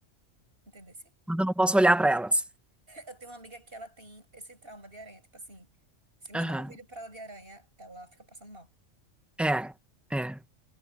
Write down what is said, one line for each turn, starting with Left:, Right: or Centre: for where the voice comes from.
Right: Entendeu?
Centre: Eu não posso olhar pra elas.
Right: Eu tenho uma amiga que ela tem esse trauma de aranha. Tipo assim, se mandar
Centre: Aham,
Right: um vídeo pra ela de aranha, ela fica passando mal.
Centre: É, é,